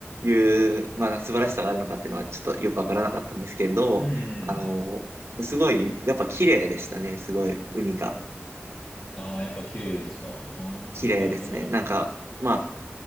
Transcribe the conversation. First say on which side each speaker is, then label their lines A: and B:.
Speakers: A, on the right; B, on the left.
A: いう、まあ、素晴らしさがあるのかっていうのは、ちょっとよくわからなかったんですけれど、
B: うんうんうん。
A: あの、すごい、やっぱ綺麗でしたね。すごい、海が
B: ああ、やっぱ綺麗ですか。ああー、
A: 綺麗ですね。
B: なるほど。
A: なんか、まあ、